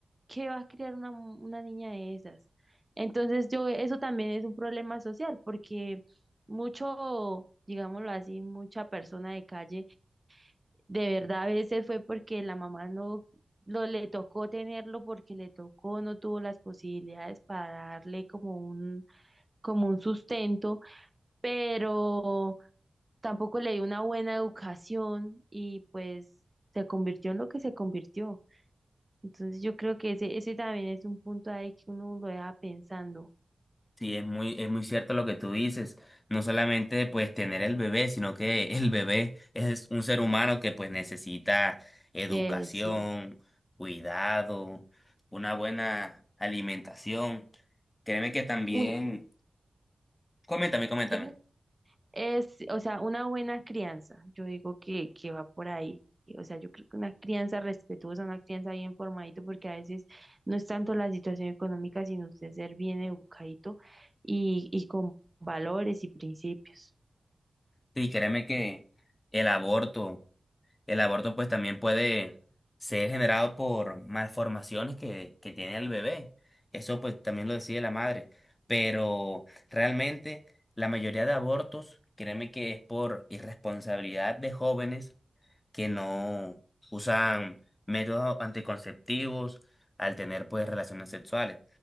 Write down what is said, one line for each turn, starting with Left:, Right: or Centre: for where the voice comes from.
Right: ¿qué va a criar una, mu- una niña de esas? Entonces yo, eso también es un problema social, porque mucho, digámoslo así, mucha persona de calle, de verdad a veces fue porque la mamá no lo le tocó tenerlo porque le tocó, no tuvo las posibilidades para darle como un, como un sustento, pero tampoco le dio una buena educación y pues se convirtió en lo que se convirtió. Entonces yo creo que ese, ese también es un punto ahí que uno lo deja pensando.
Left: Sí, es muy, es muy cierto lo que tú dices. No solamente pues tener el bebé, sino que el bebé es un ser humano que pues necesita educación,
Right: Eh, sí.
Left: cuidado, una buena alimentación. Créeme que también,
Right: Un,
Left: coméntame, coméntame.
Right: dime, es, o sea, una buena crianza, yo digo que, que va por ahí. O sea, yo creo que una crianza respetuosa, una crianza bien formadito, porque a veces no es tanto la situación económica, sino usted ser bien educadito y, y con valores y principios.
Left: Sí, créeme que el aborto El aborto pues también puede ser generado por malformaciones que, que tiene el bebé. Eso pues también lo decide la madre. Pero realmente la mayoría de abortos, créeme que es por irresponsabilidad de jóvenes que no usan métodos anticonceptivos al tener pues relaciones sexuales.